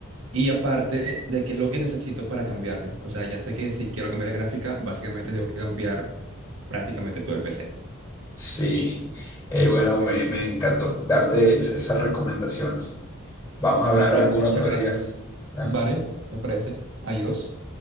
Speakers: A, on the right (about 80°); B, on the left (about 15°).
A: Y aparte de qué es lo que necesito para cambiarle. O sea, ya sé que si quiero cambiar la gráfica, básicamente tengo que cambiar prácticamente todo el PC.
B: Sí, Eh, bueno, me, me encantó darte es- esas recomendaciones. Vamos a hablar
A: No, bro,
B: algún
A: muchas
B: otro
A: gracias.
B: día. Dale.
A: Vale, me parece. Adiós.